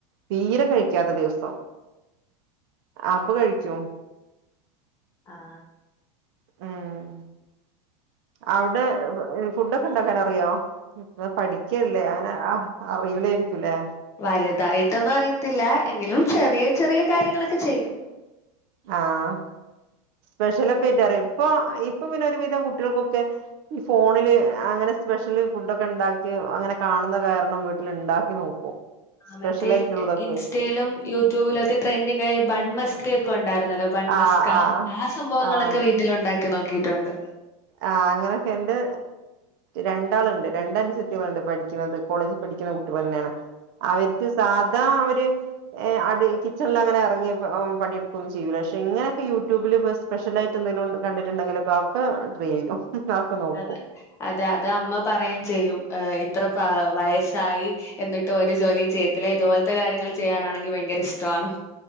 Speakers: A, on the right; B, on the left.
A: തീരെ കഴിക്കാത്ത ദിവസം അപ്പൊ കഴിക്കും
B: ആഹ്
A: ഉം അവിടെ ഫുഡൊക്കെ ഉണ്ടാക്കൻ അറിയോ ഇങ്ങൾ പഠിക്കല്ലേ അങ്ങന ആഹ് അറിയുലായിരിക്കൂല്ലേ?
B: വലുതായിട്ടൊന്നും അറിയത്തില്ല എങ്കിലും ചെറിയ ചെറിയ കാര്യങ്ങളൊക്കെ ചെയ്യും.
A: ആഹ് സ്പെഷ്യൽ ഒക്കെ ആയിട്ടറിയോ ഇപ്പൊ ഇപ്പൊ പിന്നെ ഒരു വിധ കുട്ടികൾക്കൊക്കെ ഈ ഫോണില് അങ്ങനെ സ്പെഷ്യല് ഫുഡൊക്കെ ഉണ്ടാക്കി അങ്ങനെ കാണുന്ന കാരണം വീട്ടിൽ ഉണ്ടാക്കി നോക്കും.
B: ആഹ്
A: സ്പെഷ്യൽ
B: മറ്റേ
A: ആയിട്ടുള്ളതൊക്കെ
B: ഇൻസ്റ്റയിലും യൂട്യൂബിലും ഒക്കെ ട്രെൻഡിംങ് ആയ ബൺ മസ്ക ഒക്കെ ഉണ്ടായിരുന്നല്ലോ ബൺമസ്ക
A: ആഹ് ആഹ്
B: സംഭവങ്ങളൊക്കെ
A: ആഹ്
B: വീട്ടിൽ ഉണ്ടാക്കി നോക്കിയിട്ടുണ്ട്
A: ആഹ് അങ്ങനൊക്കെ എന്റെ രണ്ടാളുണ്ട് രണ്ട അനുജത്തിമാർ ഉണ്ട് പഠിക്കുന്നത് കോളേജ് പഠിക്കുന്ന കുട്ടികൾ തന്നെയാണ് അവർക്ക് സാധാ അവര് ഏഹ് അത് കിച്ചണിൽ അങ്ങനെ ഇറങ്ങി പണിയെടുക്കൊന്നും ചെയ്യൂല പക്ഷെ ഇങ്ങനെയൊക്കെ യൂട്യൂബില് ഫസ് സ്പെഷ്യലായിട്ട് എന്തെിലും കണ്ടിട്ടുണ്ടെങ്കിലെക്കെ ട്രൈ ചെയ്യും നോക്കും
B: അതെ അതെ അത് അമ്മ പറുകയും ചെയ്യും ഏഹ് ഇത്ര പ വയസ്സായി എന്നിട്ട് ഒരു ജോലിയും ചെയ്യത്തില്ല ഇതുപോലത്തെ കാര്യങ്ങൾ ചെയ്യാനാണെങ്കിൽ ഭയങ്കര ഇഷ്ടമാണ്.